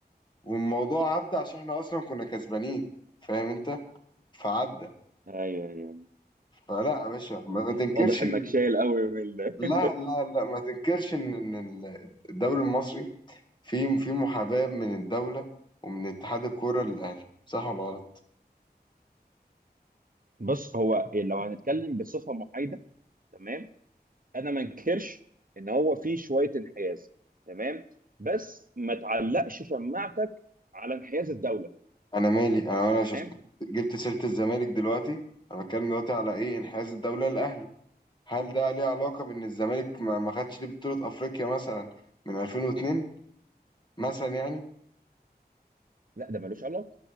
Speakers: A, on the left; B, on the right.
A: والموضوع عدى عشان احنا اصلا كنا كسبانين فاهم انت فعدى
B: ايوه ايوه
A: فلا يا باشا ما ما تنكرش
B: واضح انك
A: إن-
B: شايل قوي من ال-
A: لا لا لا ما تنكرش ان إن ال- الدوري المصري فيه في محاباه من الدوله ومن اتحاد الكوره للاهلي صح ولا غلط
B: بص هو إيه، لو هنتكلم بصفه محايده تمام انا ما انكرش ان هو في شويه انحياز تمام بس ما تعلقش شماعتك على انحياز الدوله
A: انا مالي انا انا شفت
B: تمام
A: جبت سيرة الزمالك دلوقتي انا بتكلم دلوقتي على ايه انحياز الدولة للاهلي هل ده ليه علاقة بان الزمالك ما ما خدش ليه بطولة افريقيا مثلا من 2002 مثلا يعني
B: لا ده ملوش علاقه